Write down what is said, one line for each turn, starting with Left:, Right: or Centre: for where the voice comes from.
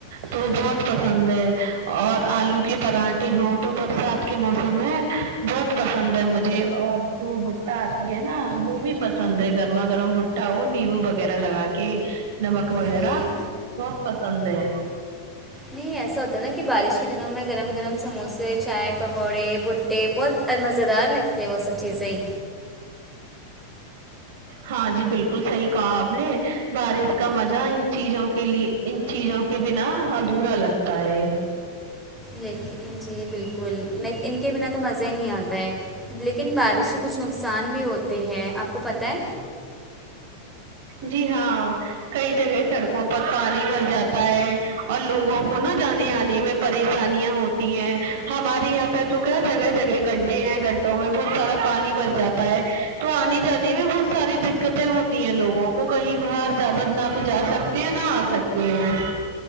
Right: تو
Centre: ہوں
Right: بہت پسند ہے اور آلو کے پراٹھے ہوں تو برسات کے موسم میں بہت پسند ہے مجھے اور جو بٹا اتی ہے نا وہ بھی پسند ہے گھر گرما گرم بٹا ہو نیبو وغیرہ لگا کے نمک وغیرہ
Centre: جی
Right: بہت پسند ہے
Centre: نہیں ایسا ہوتا نا کہ بارش کے دنوں میں گرم گرم سموسے چائے پکوڑے بھٹے بہت مزیدار لگتے ہیں وہ سب چیزیے
Right: ہاں جی بالکل صحیح کہا آپ نے بارش کا مزہ ان چیزوں کے لیے ان چیزوں کے بنا ادھورا لگتا ہے
Centre: لیکن جی بالکل لیک ان کے بنا تو مزہ ہی نہیں آتا ہے لیکن بارش کے کچھ نقصان بھی ہوتے ہیں اپ کو پتہ ہے
Right: جی ہاں کئی جگہ سڑکوں پر پانی بھر جات تا ہے اور لوگوں کو نا جانے انے میں پریشانیاں ہوتی ہیں ہمارے یہاں پہ تو کیا جگہ جگہ گڈھے ہیں گڈھوں میں بہت سارا پانی بھر جاتا ہے تو انے جانے میں بہت ساری دقتے ہوتی ہیں لوگوں کو کہیں باہر تابت نہ تو جا سکتے ہیں نہ آ سکتے ہیں